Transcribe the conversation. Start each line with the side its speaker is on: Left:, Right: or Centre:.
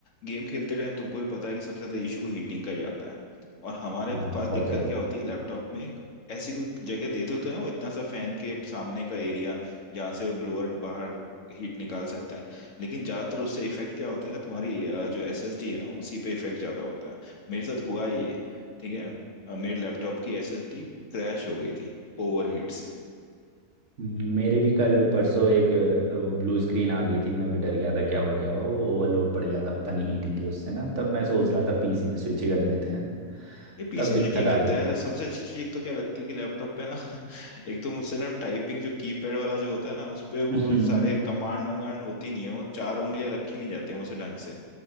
Left: गेम खेलते टाइम तुमको भी पता है कि सबसे ज्यादा इशू हीटिंग का ही आता है और हमारे
Right: हाँ
Left: पास
Right: बहुत
Left: दिक्कत
Right: ज़्यादा
Left: क्या होती है लैपटॉप में एक ऐसी कोई जगह देते तो है वो इतना सा फैन के सामने का एरिया जहाँ से वो ब्लोअर बाहर हीट निकाल सकता है लेकिन ज्यादातर उससे इफेक्ट क्या होता है तुम्हारी अ, जो एसएसडी है ना उसी पे इफेक्ट ज्यादा होता है मेरे साथ हुआ है ये ठीक है अ, मेरे लैपटॉप की एसएसडी क्रैश हो गई थी ओवर हीट से
Right: मेरे भी कल परसों एक ब्लू स्क्रीन आ गई थी मैं भी डर गया था क्या हुआ क्या हुआ वो ओवरलोड पड़ गया था पता नहीं हीटिंग के उससे ना तब मैं सोच रहा था पीसी पे स्विच ही कर लेते हैं
Left: ये पीसी
Right: तब दिक्कत
Left: मुझे ठीक
Right: आ
Left: लगता
Right: रही
Left: है
Right: थी
Left: यार सबसे
Right: <laughs>
Left: अच्छी चीज एक तो क्या लगती है कि लैपटॉप पे ना <laughs> एक तो मुझसे ना टाइपिंग जो कीपैड वाला जो होता है ना उस पे वो
Right: हम्म,
Left: सारे कमांड वमांड होती नहीं है वो चार उंगलियां रखी नहीं जाती मुझसे ढंग से